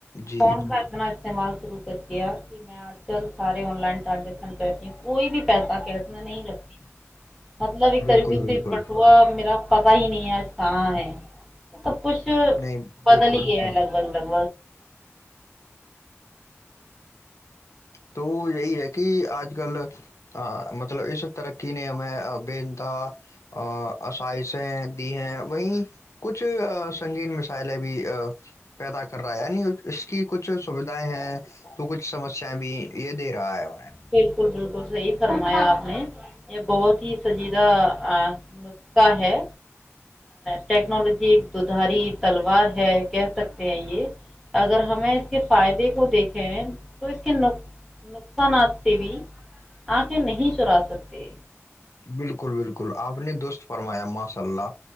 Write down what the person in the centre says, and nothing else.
کون کردنا استعمال شروع کر دیا کہ میں آج کل سارے آن لائن ٹرانزیکشن کرتی ہوں کوئی بھی پیسہ کیس میں نہیں رکھتی مطلب ایک
طریقے سے
بٹوا میرا پتا ہی نہیں ہے آج کہاں ہے سب کچھ
بدل
ہی گیا ہے لگ بھگ لگ
بالکل بالکل صحیح فرمایا یہ بہت ہی سجیدہ نکخہ ہے ٹیکنالوجی ایک ددھاری تلوار ہے کہہ سکتے ہیں یہ اگر ہمیں اس کے فائدے کو دیکھے تو اس کے نقصانات بھی آنکھیں نہیں چرا سکتے